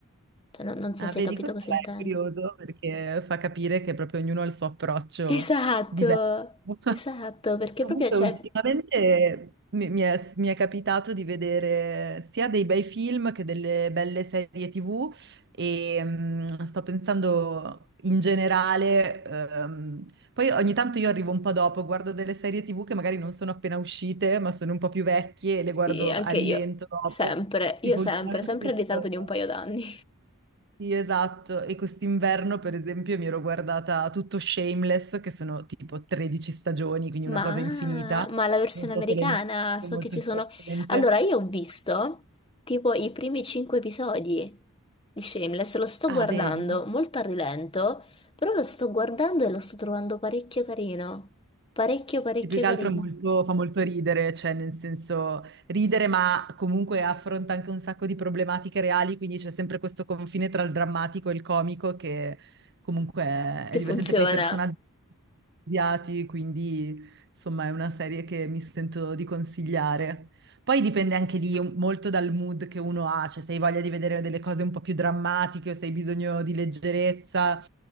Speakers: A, on the left; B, on the right.
A: Cioè, non, non so
B: Ah,
A: se
B: vedi,
A: hai capito
B: questo
A: cosa
B: è
A: intendo.
B: curioso perché fa capire che proprio ognuno ha il suo approccio
A: Esatto,
B: diverso. <laughs>
A: esatto, perché
B: Comunque,
A: proprio, cioè,
B: ultimamente mi, mi è, mi è capitato di vedere sia dei bei film che delle belle serie TV e mm, sto pensando in generale, ehm, poi ogni tanto io arrivo un po' dopo, guardo delle serie TV che magari non sono appena uscite, ma sono un po' più vecchie e
A: sì,
B: le guardo
A: anche
B: a rilento
A: io,
B: dopo.
A: sempre,
B: Tipo
A: io sempre,
B: ultimamente
A: sempre
B: questo...
A: in ritardo di un paio d'anni.
B: Sì, esatto. E quest'inverno, per esempio, mi ero guardata tutto Shameless, che sono tipo 13 stagioni, quindi
A: Ma,
B: una cosa infinita.
A: ma la versione
B: Non so
A: americana,
B: se l'hai mai visto
A: so
B: molto
A: che ci
B: divertente.
A: sono... Allora, io ho visto tipo i primi cinque episodi di Shameless, lo sto
B: Ah,
A: guardando
B: vedi?
A: molto a rilento, però lo sto guardando e lo sto trovando parecchio carino. Parecchio, parecchio
B: Sì, più che
A: carino.
B: altro è molto- fa molto ridere, cioè nel senso ridere, ma comunque affronta anche un sacco di problematiche reali, quindi c'è sempre questo confine tra il drammatico e il comico che comunque è,
A: Che
B: è
A: funziona.
B: divertente. Poi i personaggi odiati, quindi insomma è una serie che mi sento di consigliare. Poi dipende anche lì un- molto dal mood che uno ha, cioè se hai voglia di vedere delle cose un po' più drammatiche o se hai bisogno di leggerezza.